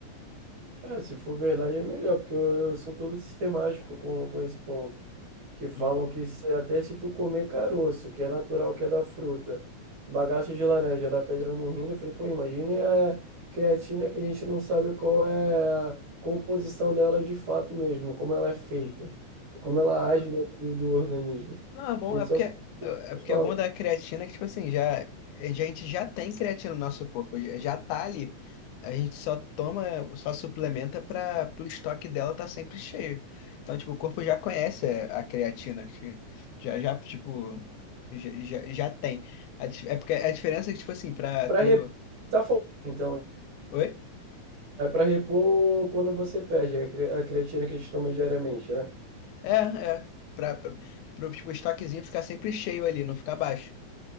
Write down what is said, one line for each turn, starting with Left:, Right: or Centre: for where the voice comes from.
Right: É, se for verdade é melhor, porque eu, eu sou todo sistemático com, com esse ponto. que falam
Left: Uhum.
Right: que se- até se tu comer caroço, que é natural, que é da fruta, bagaço de laranja, dá pedra no rim, eu falei, pô, imagine a creatina que a gente não sabe qual é a composição dela de fato mesmo, como ela é feita,
Left: Uhum.
Right: e como ela age dentro do, do organismo.
Left: Não, é bom,
Right: A gente
Left: é porque
Right: só sabe
Left: é, é
Right: o que eles
Left: porque
Right: falam.
Left: é bom da creatina que, tipo assim, já, a gente já tem creatina no nosso corpo, já, já tá ali. A gente só toma, só suplementa para o estoque dela tá sempre cheio. Então, tipo, o corpo já conhece a, a creatina, que já, já, tipo, já, já, já tem. A dif- é porque a diferença é que, tipo assim, pra
Right: É para
Left: tu.
Right: repor, tá faltando, então, né?
Left: Oi?
Right: é para repor quando você perde a cre- a creatina que a gente toma diariamente, né?
Left: É, é. Pra, pra, pro, tipo, estoquezinho ficar sempre cheio ali, não ficar baixo.